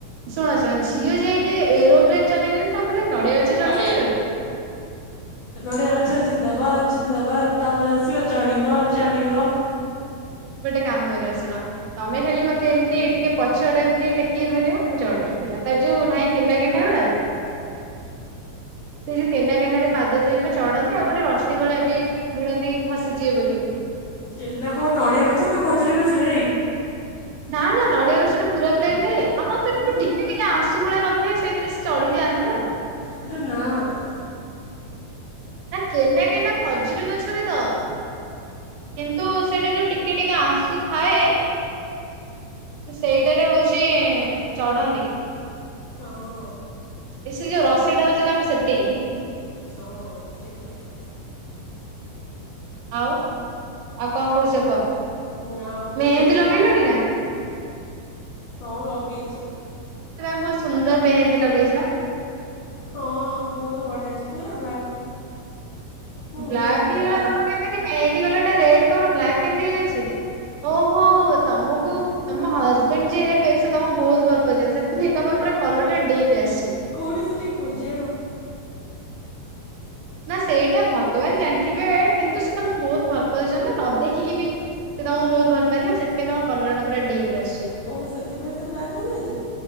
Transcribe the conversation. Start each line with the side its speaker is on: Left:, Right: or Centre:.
Right: ଶୁଣ ଶୁଣ ଝିଅ ଯାଇକି ଏରୋପ୍ଲେନ ଚଲେଇଲେଣି। <unintelligible>
Left: ଆ
Right: ପାରିବନି।
Left: ନଡିଆ ଅଛ ଜିନ୍ଦାବାଦ ଜିନ୍ଦାବାଦ ତମେ ଆସିବ। ଚଢ଼ିବ ଚଢ଼ିବ।
Right: ଗୋଟେ କାମରେ ଆସୁନ। ତମେ ଖାଲି ମତେ ଏମତି ଟିକେ ପଛଆଡେ ଏମିତି ଟେକିକି ଧରିବ ମୁଁ ଚଢ଼ିବି ହେଲା ତାର ଯୋଉ ନାହିଁ। କେନା କେନା ଗୁଡା? ସେଇ ଯୋଉ କେନା କେନାରେ ପାଦଥୋଇକି ଚଢନ୍ତି, ଆଉ ଗୋଟେ ରସିି ଭଳିଆ ବି ଭିଡନ୍ତି କି ଖସିଯିବେ ବୋଲି।
Left: କେନା କୋଉ ନଡିଆ ଗଛ ନା ଖଜୁରୀ ଗଛରେ ଏଇ।
Right: ନା ନା ନଡିଆ ଗଛ ଟା ପୁରା ପ୍ଲେନ୍ ଥାଏ? ହଁ ଟିକେ
Left: ହୁଁ
Right: ଟିକେ। ଆଂଶୁ ଭଳିଆ ନଥାଏ ସେଇଥିରେ ସେ ଚଢିକି ଯାଆନ୍ତି ବା।
Left: <unintelligible>
Right: ନା କେନା କେନା ଖଜୁରୀ ଗଛରେ ତ, କିନ୍ତୁ ସେଟା ଯୋଉ ଟିକେ ଟିକେ ଆ। ଆଁଶୁ ଥାଏ। ସେଇଟାରେ ହଉଚି ଚଢନ୍ତି।
Left: ହଁ
Right: ଏ ସେ ଯୋଉ ରସି ଟା ହଉଚି ତାଙ୍କ ସେପ୍ଟି।
Left: ହଁ ଠିକ୍ କଥା।
Right: ଆଉ, ଆଉ କଣ କହୁଚ କୁହ?
Left: ନା ମୁଁ କହିଲି
Right: ମେହେନ୍ଦୀ ଲଗେଇଲଣି ନା?
Left: ହଁ ଲଗେଇଚି।
Right: ବହୁତ୍ ସୁନ୍ଦର ମେହେନ୍ଦୀ ଲଗେଇଚ।
Left: ହଁ ବହୁତୁ ବଢିଆ ଅଛି ପୁରା ବ୍ଲାକ୍। ମୋ
Right: ବ୍ଲାକ୍
Left: ମେହେନ୍ଦି
Right: ହେଇଗଲା
Left: ପୁରା ବ୍ଲାକ୍
Right: ତମର କେମିତି ମେହେନ୍ଦୀ କଲରଟା ରେଡ୍ ତମର ବ୍ଲାକ୍ କେମିତି ହେଇଯାଇଚି? ଓହୋ ତମୁକୁ। ତମ ହଜବେଣ୍ଡ ଯିଏ ହେବେ ସେ ତମକୁ ବହୁତ ଭଲ ପାଉଚନ୍ତି। ସେଥିପାଇଁ ତମର ପୁରା କଲରଟା ଡିପ୍ ଆସିଚି।
Left: କେଉଠି ସେଏ ଟିକେ ଖୋଜିଆଣ।
Right: ନା ସେଇଟା ଭଗବାନ ଜାଣିଥିବେ। କିନ୍ତୁ ସେ ତମକୁ ବହୁତ ଭଲ ପାଉଚନ୍ତି ନା ନ ଦେଖିକି ବି। ସେ ତମୁକୁ ବହୁତ ଭଲପାଆନ୍ତି ନା ସେଥିପାଇଁ ତମ କଲର ଟା ପୁରା ଡିପ୍ ଆସିଚି।
Left: ଓ ସେଥିପାଇଁ ତ ବ୍ଲାକ୍ ହେଇଯାଇଚି।